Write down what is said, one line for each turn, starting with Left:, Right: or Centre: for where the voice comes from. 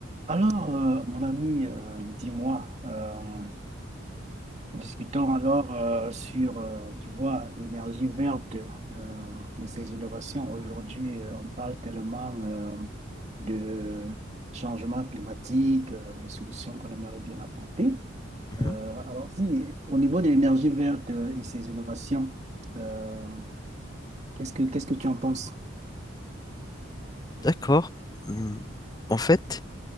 Right: Alors, euh, mon ami, euh, dis-moi, euh, discutons alors euh, sur, euh, tu vois, l'énergie verte euh, et ses innovations. Aujourd'hui, euh, on parle tellement euh, de changement climatique, euh, des solutions qu'on aimerait bien apporter.
Left: Mhm.
Right: Euh, alors, si, au niveau de l'énergie verte euh, et ses innovations, euh, qu'est-ce que, qu'est-ce que tu en penses?
Left: D'accord. Hum, En fait,